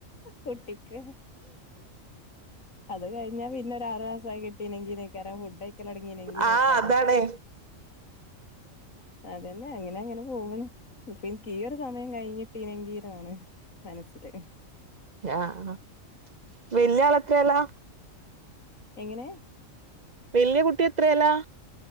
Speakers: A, on the left; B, on the right.
A: കുട്ടിക്ക്. അത് കഴിഞ്ഞാ പിന്നെ ഒരു ആറു മാസായി കിട്ടീനെങ്കി നേക്കാരം ഫുഡ് കഴി ക്കാൻ തൊടങ്ങീണെങ്കി നയിക്കാരോ.
B: ആഹ് അതാണേ
A: അതന്നെ അ ങ്ങനെ അങ്ങനെ പോക്ണ്. ഇനിക്കീയൊരു സമയം കഴിഞ്ഞിട്ടീനെങ്കി ന്നാണ് മനസ്സില്.
B: ആഹ് വല്ല്യ ആളെത്രേല്ലാ?
A: എങ്ങനെ?
B: വല്ല്യ കുട്ടി എത്രേല്ലാ?